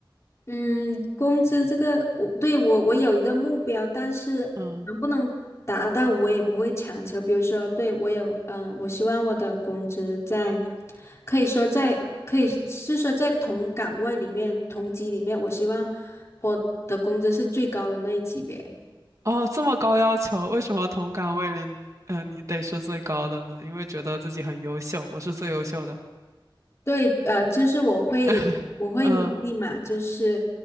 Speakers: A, on the left; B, on the right.
A: 嗯，工资这个我对我我有一个目标，但是能不能达到我也不会强求。
B: 嗯，
A: 比如说，对我有呃，我希望我的工资在可以说在可以是说在同岗位里面同级里面，我希望我的工资是最高的那一级别。
B: 哦，这么高要求，为什么同岗位里，嗯，你得是最高的呢？因为觉得自己很优秀，我是最优秀的。
A: 对，呃，就是我会我会努力嘛，
B: <laughs> 嗯
A: 就是